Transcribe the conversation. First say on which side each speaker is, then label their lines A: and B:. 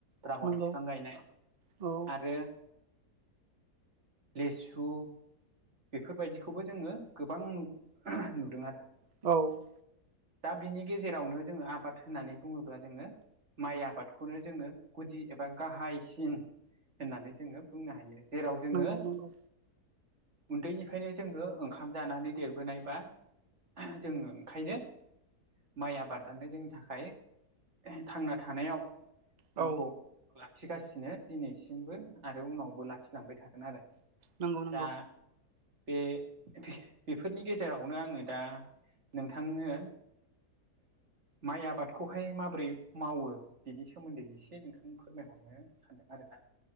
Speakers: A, on the right; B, on the right.
A: द्रागन
B: नंगौ
A: बिफां गायनाय
B: औ
A: आरो लेसु बेफोरबायदिखौबो जोंङो गोबां नुदों आरो
B: औ
A: दा बिनि गेजेरावनो जोंङो आबाद होननानै बुंङोब्ला जोंङो माइ आबादखौनो जोंङो गुदि एबा गाहायसिन होननानै जोंङो बुंनो हायो जेराव जोंङो
B: नंगौ नंगौ
A: उन्दैनिफ्रायनो जोंङो ओंखाम जानानै देरबोनायबा जोंङो ओंखायनो माइ आबादानो जोंनि थाखाय थांना थानायाव जोंखौ
B: औ
A: लाखिगासिनो दिनैसिमबो आरो उनावबो लाखिलांबाय थागोन आरो
B: नंगौ नंगौ
A: दा बे बेफोरनि गेजेरावनो आङो दा नोंथांनो माइ आबादखौहाय माबोरै मावो बिनि सोमोन्दै एसे नोंथां फोरमायहरनो सानदों आरोना